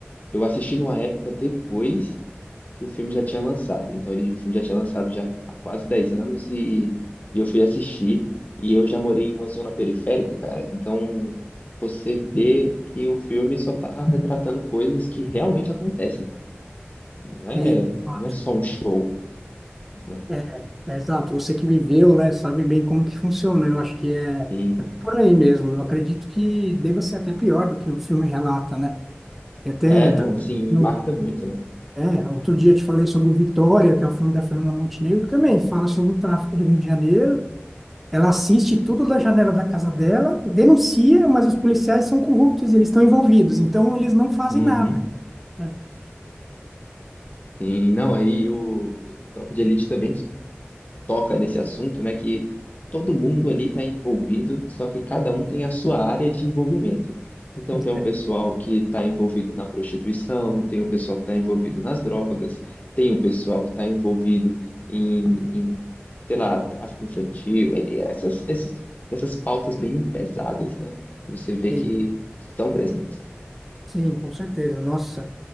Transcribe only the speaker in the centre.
Sim, de Fato.
É, é exato. Você que viveu, né, sabe bem como que funciona. Eu acho que é, é
bem por aí mesmo. Eu acredito que deva ser até pior do que o filme relata, né? E até
tá
no,
é, outro dia eu te falei sobre o Vitória, que é o filme da Fernanda Montenegro, que também fala sobre o tráfico do Rio de Janeiro Ela assiste tudo da janela da casa dela, denuncia, mas os policiais são corruptos e eles estão envolvidos, então eles não fazem
nada, né?
Pois
é.
Sim,
sim, com certeza. Nossa,